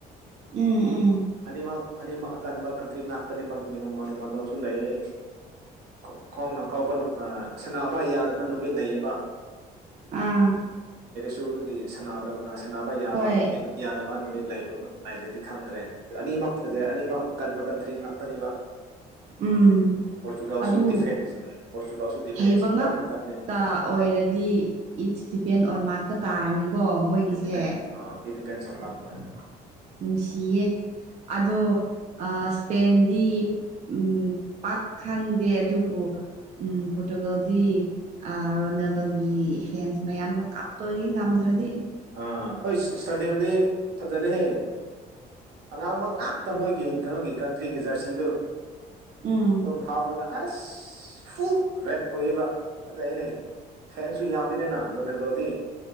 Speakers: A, on the right; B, on the right.
A: ꯎꯝ ꯎꯝ
B: ꯑꯅꯤꯃꯛ ꯑꯅꯤꯃꯛ ꯑꯀꯟꯕ ꯀꯟꯇ꯭ꯔꯤ ꯉꯥꯛꯇꯅꯤ ꯃꯗꯨꯒꯤ ꯅꯣꯡꯃ ꯅꯣꯡꯃꯗꯧꯁꯨ ꯂꯩꯌꯦ ꯎ ꯈꯥꯎꯅ ꯀꯥꯎꯕ ꯁꯅꯕ ꯌꯥꯗꯕ ꯅꯨꯃꯤꯠ ꯂꯩꯌꯦꯕ
A: ꯑꯥ
B: ꯁꯨ ꯑꯗꯨꯒꯤ ꯁꯗꯕ ꯁꯥꯟꯅꯕ ꯌꯥꯕ
A: ꯍꯣꯏ
B: ꯌꯥꯗꯕ ꯅꯨꯃꯤꯠ ꯂꯩꯕꯏꯗꯒꯤ ꯈꯪꯗ꯭ꯔꯦ ꯑꯅꯤꯃꯛ ꯐꯖꯩ ꯑꯅꯤꯃꯛ ꯀꯟꯕ ꯀꯟꯇ꯭ꯔꯤ ꯉꯥꯛꯇꯅꯦꯕ
A: ꯎꯝ
B: ꯄꯣꯔꯇꯨꯒꯜꯁꯨ
A: ꯑꯗꯨ
B: ꯗꯤꯐꯦꯟꯁ ꯎꯝ ꯄꯣꯔꯇꯨꯒꯜꯁꯨ ꯗꯤꯐꯦꯟꯁꯁꯤ
A: ꯍꯩꯕ ꯉꯥꯛꯇ
B: ꯌꯥꯝ ꯀꯜꯂꯦ
A: ꯑꯣꯏꯔꯗꯤ ꯗꯤꯄꯦꯟ ꯑꯣꯟ ꯉꯥꯛꯇ ꯇꯥꯔꯅꯤꯀꯣ ꯃꯣꯏꯒꯤꯁꯦ
B: ꯗꯤꯄꯦꯟꯁ ꯑꯥ ꯏꯠ ꯗꯤꯄꯦꯟꯁ ꯑꯣꯟ ꯂꯛ ꯎꯝ
A: ꯅꯨꯡꯁꯤꯌꯦ ꯑꯗꯣ ꯏꯁꯄꯦꯟꯗꯤ ꯎꯝ ꯄꯥꯛ ꯈꯪꯗꯦ ꯑꯗꯨꯕꯨ ꯎꯝ ꯄꯣꯔꯇꯨꯒꯜꯒꯤ ꯔꯣꯅꯥꯜꯗꯣꯒꯤ ꯐꯦꯟꯁ ꯃꯌꯥꯝꯅ ꯀꯥꯞꯇꯣꯏ ꯉꯝꯗ꯭ꯔꯗꯤ
B: ꯑ ꯍꯣꯏ ꯏꯁꯇꯦꯗꯤꯌꯝꯗꯤ ꯐꯖꯔꯦꯍꯦ ꯑꯉꯥꯡꯃꯛ ꯉꯥꯛꯇ ꯃꯣꯏꯒꯤ ꯀꯩꯅꯣꯒꯤ ꯀꯟꯇ꯭ꯔꯤꯒꯤ ꯖꯔꯁꯤꯗꯨ
A: ꯎꯝ
B: ꯇꯚꯥꯞ ꯂꯒ ꯑꯦꯁ ꯐꯨꯜ ꯔꯦꯠ ꯑꯣꯏꯌꯦꯕ ꯐꯖꯩꯦꯅꯦ ꯐꯦꯟꯁꯨ ꯌꯥꯝꯕꯅꯤꯅ ꯔꯨꯅꯦ ꯂꯣꯗꯤ